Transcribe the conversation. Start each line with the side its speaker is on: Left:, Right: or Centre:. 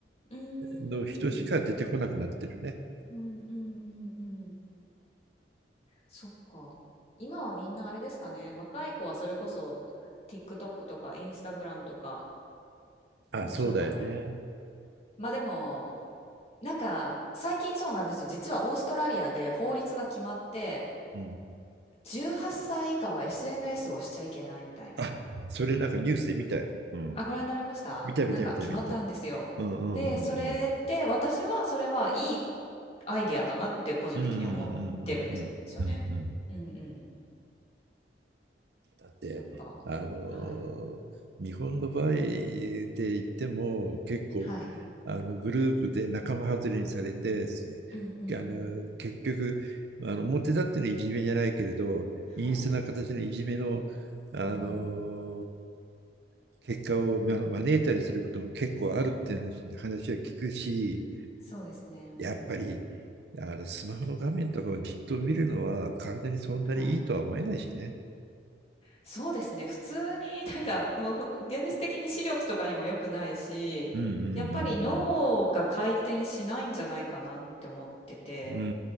Left: うーん。
Right: の人しか出てこなくなってるね。
Left: うんうんうんうん。そっか。今はみんなあれですかね。若い子はそれこそ TikTok とか Instagram とか
Right: あ、
Left: でしょうかね。
Right: そうだよね。
Left: まあでも、なんか最近そうなんですよ。実はオーストラリアで法律が決まって、
Right: うん。
Left: 18歳以下は SNS をしちゃいけないみたいな。
Right: あ、それなんかニュースで見たよ。うん。
Left: あ、ご覧になれましたなんか決まったんですよ。
Right: 見た見た見た見た。うんうんうんうん。
Left: で、それで私はそれはいいアイデアだなって個人的には思ってるんですよね。
Right: うんうんうんうんうんうんうん。
Left: うんうん。
Right: だって、
Left: なんか、
Right: あの日本の場合で言っても、
Left: はい。
Right: 結構、
Left: はい。
Right: あのグループで仲間外れにされて、
Left: うんうんうん。
Right: あの結局、あの表立ってのいじめじゃないけれど、
Left: はい。
Right: 陰湿な形のいじめの、あの
Left: うん。
Right: 結果をま招いたりすることも結構あるって話う話は聞くし、
Left: そうですね。
Right: やっぱり
Left: うん。
Right: あのスマホの画面とかをじっと見るのは体にそんなにいいとは思えないしね。
Left: はい。そうですね。普通になんかもうほ現実的に視力とかにも良くないし、
Right: うんうんうんう
Left: やっぱり脳が回転しないんじゃないかなって思ってて。
Right: んうんうんう